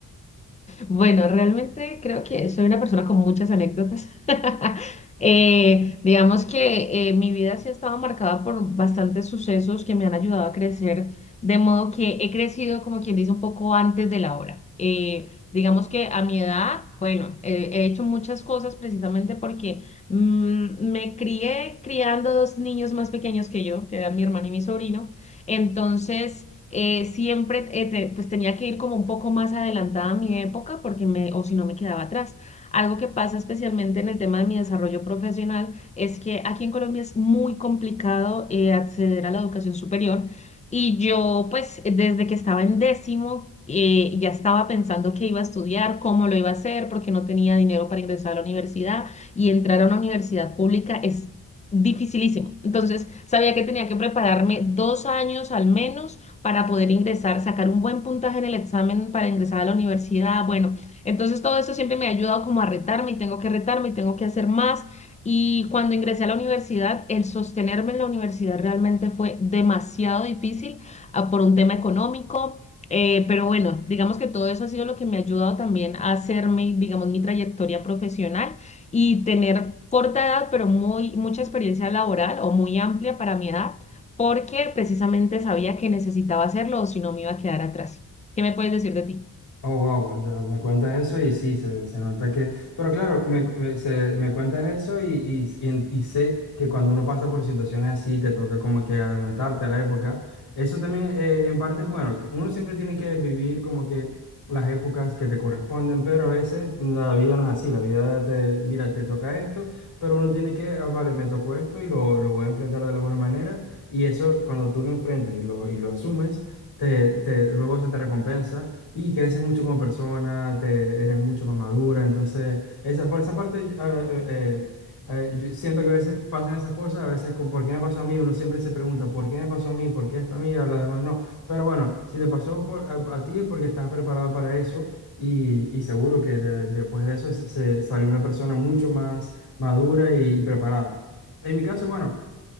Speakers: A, on the left; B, on the left.
A: Bueno, realmente creo que soy una persona con muchas anécdotas. <laughs> Eh, digamos que eh, mi vida sí ha estado marcada por bastantes sucesos que me han ayudado a crecer, de modo que he crecido, como quien dice, un poco antes de la hora. Eh, digamos que a mi edad, bueno, eh, he hecho muchas cosas precisamente porque mm, me crié criando dos niños más pequeños que yo, que eran mi hermano y mi sobrino. Entonces... eh, siempre eh, te- pues tenía que ir como un poco más adelantada a mi época porque me, o si no me quedaba atrás. Algo que pasa especialmente en el tema de mi desarrollo profesional es que aquí en Colombia es muy complicado eh, acceder a la educación superior y yo pues desde que estaba en décimo eh, ya estaba pensando qué iba a estudiar, cómo lo iba a hacer, porque no tenía dinero para ingresar a la universidad y entrar a una universidad pública es dificilísimo. Entonces sabía que tenía que prepararme dos años al menos para poder ingresar, sacar un buen puntaje en el examen para ingresar a la universidad. Bueno, entonces todo eso siempre me ha ayudado como a retarme y tengo que retarme y tengo que hacer más. Y cuando ingresé a la universidad, el sostenerme en la universidad realmente fue demasiado difícil ah, por un tema económico. Eh, pero bueno, digamos que todo eso ha sido lo que me ha ayudado también a hacerme, digamos, mi trayectoria profesional y tener corta edad, pero muy, mucha experiencia laboral o muy amplia para mi edad porque precisamente sabía que necesitaba hacerlo o si no me iba a quedar atrás. ¿Qué me puedes decir de ti?
B: Oh, wow, ya me cuentas eso y sí, se, se nota que... Pero claro, me, cu- me- se- me cuentas eso y, y, y en- y sé que cuando uno pasa por situaciones así, te toca como que adelantarte a la época. Eso también eh, en parte es bueno, que uno siempre tiene que vivir como que las épocas que te corresponden, pero a veces la vida no es así, la vida te, mira, te toca esto, pero uno tiene que, ah, vale, me tocó esto y lo, lo voy a enfrentar de la mejor manera y eso cuando tú lo enfrentas y lo, y lo asumes, te, te, luego se te recompensa y creces mucho como persona, te, eres mucho más madura. Entonces, esa, por esa parte, yo- ah, eh, eh, eh, yo siento que a veces pasan esas cosas, a veces con por qué me pasó a mí, uno siempre se pregunta, ¿por qué me pasó a mí? ¿Por qué esto a mí? A los demás no. Pero bueno, si te pasó por, a, a ti es porque estás preparado para eso y, y seguro que de- después de eso se, se salió una persona mucho más madura y preparada. En mi caso, bueno.